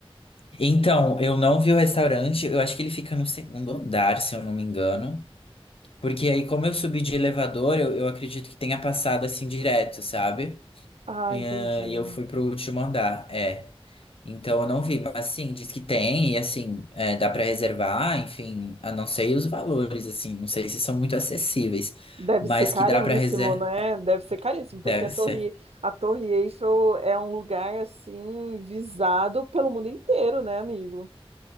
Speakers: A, on the left (about 65°); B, on the right (about 85°).
A: Então, eu não vi o restaurante, eu acho que ele fica no segundo andar, se eu não me engano. Porque aí, como eu subi de elevador, eu, eu acredito que tenha passado assim direto, sabe?
B: Ah,
A: E
B: entendi.
A: eh, e eu fui pro último andar, é. Então eu não vi, mas assim, diz que tem, e assim, é, dá pra reservar, enfim, a não sei os valores, assim, não sei se são muito acessíveis,
B: Deve
A: mas
B: ser caríssimo,
A: que dá pra reservar,
B: né? Deve ser caríssimo,
A: deve
B: porque a Torre,
A: ser.
B: a Torre Eiffel é um lugar assim visado pelo mundo inteiro, né, amigo?